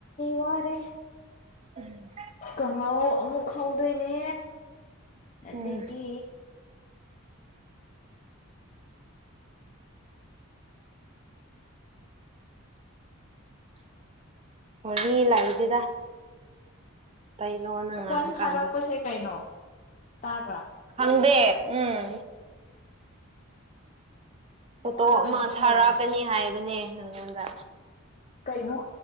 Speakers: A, on the left; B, on the right.
A: ꯋꯥꯔꯦ
B: ꯎꯝ
A: ꯀꯥꯡꯍꯧ ꯑꯃꯨꯛ ꯍꯧꯗꯣꯏꯅꯦ ꯑꯗꯒꯤ
B: ꯎꯝ ꯍꯔꯤ ꯂꯥꯛ <unintelligible> ꯏꯗꯤꯗ ꯀꯔꯤꯅꯣ ꯅꯪꯉꯥꯡꯉꯀꯥꯟꯗ
A: ꯈꯣꯟ ꯊꯥꯔꯛꯄꯁꯦ ꯀꯩꯅꯣ ꯇꯥꯕ꯭ꯔꯥ
B: ꯈꯪꯉ ꯑꯗꯦ ꯎꯝ ꯐꯣꯇꯣ
A: ꯑꯩꯉꯣꯟꯗ
B: ꯑꯃ
A: ꯀꯩꯅꯣꯝ ꯊꯥꯔꯛꯑꯦ
B: ꯊꯥꯔꯛꯀꯅꯤ ꯍꯥꯏꯕꯅꯦ ꯅꯪꯉꯣꯟꯗ
A: ꯀꯩꯩꯅꯣ